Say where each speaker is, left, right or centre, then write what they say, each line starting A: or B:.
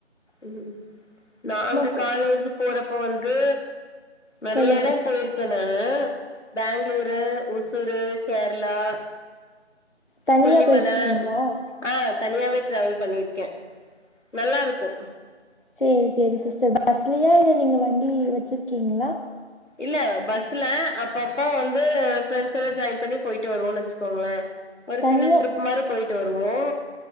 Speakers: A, on the left; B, on the left.
A: ம் நாங்க
B: சொ-
A: காலேஜ் போறப்ப வந்து நெறைய
B: சொல்லுங்க
A: எடம் போயிருக்கே நானு பெங்களூரு ஒசூரு கேரளா
B: தனியா
A: கொல்லிமல
B: போயிருக்கீங்களா
A: ஆ தனியாவே ட்ராவல் பண்ணிருக்கே நல்லா இருக்கு
B: சேரி சேரி சிஸ்டர் பஸ்லியா இல்ல நீங்க வண்டி வச்சிருக்கீங்ளா
A: இல்ல பஸ்ல அப்பப்ப வந்து ஃப்ரெண்ட்ஸோட ஜாயின் பண்ணி போயிட்டு வருவோனு வச்சுக்கோங்களே ஒரு
B: தனியா
A: சின்ன ட்ரிப் மாரி போயிட்டு வருவோ